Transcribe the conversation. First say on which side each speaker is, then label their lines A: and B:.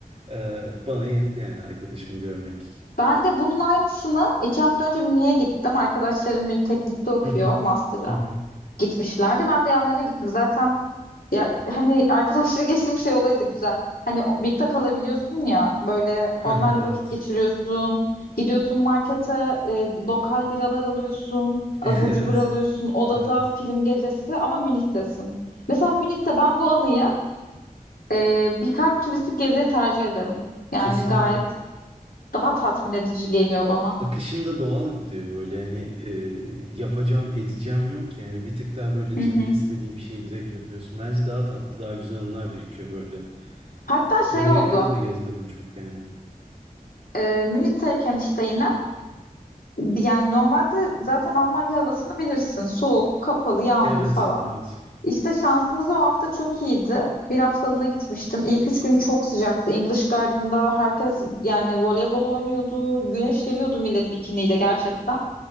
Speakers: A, on the right; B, on the left.
A: Ee, bana yetti yani arkadaşımı görmek.
B: Ben de bunun aynısını iki hafta önce Münih'e gittim. Arkadaşlarım Münih Teknik'te okuyor
A: Hı hı.
B: master'a.
A: Hı hı.
B: Gitmişlerdi. Ben de yanlarına gittim. Zaten ya hani arkadaşla <laughs> geçtiğim şey olayı da güzel. Hani o- birlikte kalabiliyorsun ya böyle
A: <laughs>
B: onlarla vakit geçiriyorsun.
A: Evet.
B: Gidiyorsun markete e, lokal biralar alıyorsun. Abur
A: <laughs> Evet.
B: cubur alıyorsun. Odada
A: Evet.
B: film gecesi ama Münih'tesin. Mesela Münih'te ben bu anıyı e, birkaç turistik gezi tercih ederim. Yani
A: Kesinlikle.
B: gayet daha tatmin edici geliyor bana.
A: akışında doğal gidiyor böyle hani e, yapacağım edeceğim yok yani bir tık daha böyle
B: Hı
A: canın
B: hı.
A: istediği bir şeyi direkt yapıyorsun. Bence daha tatlı daha güzel anılar birikiyor böyle.
B: Hatta
A: E
B: şey
A: ben Amerika'da
B: oldu.
A: da gezmedim çok yani.
B: E, Münih'teyken işte yine yani normalde zaten Almanya havasını bilirsin. Soğuk, kapalı, yağmurlu
A: Evet
B: falan.
A: evet.
B: İşte şansımız o hafta çok iyiydi. Bir haftalığına gitmiştim. İlk üç gün çok sıcaktı. English Garden'da herkes yani voleybol oynuyordu. Güneşleniyordu millet bikiniyle gerçekten.